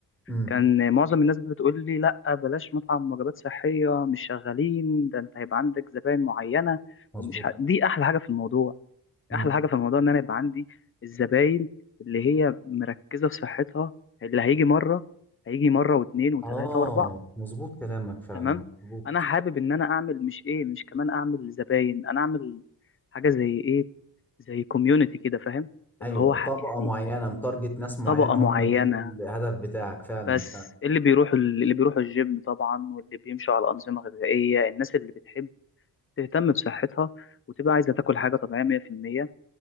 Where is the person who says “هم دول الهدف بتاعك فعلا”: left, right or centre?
Centre